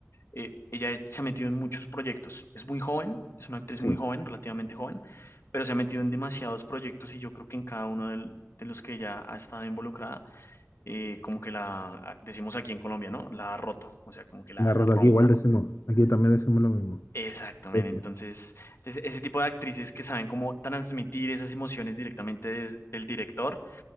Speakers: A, on the left; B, on the left.
A: Eh, ella se ha metido en muchos proyectos. Es muy joven, es una actriz
B: Sí,
A: muy joven, relativamente joven, pero se ha metido en demasiados proyectos y yo creo que en cada uno del- de los que ella ha estado involucrada, eh, como que la, decimos aquí en Colombia, ¿no? La ha roto, o sea, como que la,
B: la
A: la
B: rota
A: rompe.
B: aquí igual decimos, aquí también decimos lo mismo.
A: Exactamente,
B: Eh,
A: entonces, entonces, ese tipo de actrices que saben cómo transmitir esas emociones directamente des- del director,